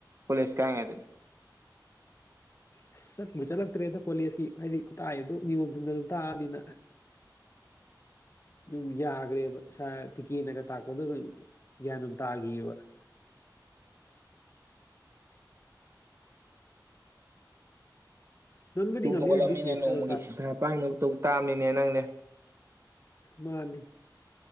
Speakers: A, on the right; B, on the left.
A: ꯀꯣꯂꯦꯖ ꯀꯥꯔꯤꯉꯩꯗꯗꯤ
B: ꯑꯁ ꯆꯠꯄꯨ ꯆꯠꯂꯛꯇ꯭ꯔꯦꯗ ꯀꯣꯂꯦꯖꯀꯤ ꯍꯥꯏꯗꯤ ꯇꯥꯛꯏꯗꯣ ꯅꯤꯌꯣꯝ ꯆꯨꯝꯅ ꯑꯗꯨꯝ ꯇꯥꯛꯑꯃꯤꯅ ꯑꯗꯨꯝ ꯌꯥꯒ꯭ꯔꯦꯕ ꯁꯥꯔ ꯇꯤꯀꯦꯟꯅꯒ ꯇꯥꯛꯄꯗꯣ ꯑꯗꯨꯝ ꯒ꯭ꯌꯥꯟ ꯑꯗꯨꯝ ꯇꯥꯈꯤꯕ <unintelligible> ꯉꯝꯕꯨꯗꯤ
A: ꯇꯨꯝꯕ
B: ꯉꯝꯅꯤꯗ
A: ꯍꯧꯒꯠꯂꯥꯃꯤꯅ
B: ꯕꯤꯖꯤꯅꯦꯁꯀꯗꯣ
A: ꯅꯣꯡꯃꯒꯤ
B: ꯇꯥꯛ
A: ꯁꯤꯟꯊꯥ ꯄꯥꯡꯅꯕ ꯇꯧ ꯇꯥꯃꯤꯅꯦ ꯅꯪꯗꯤ
B: ꯃꯥꯅꯦ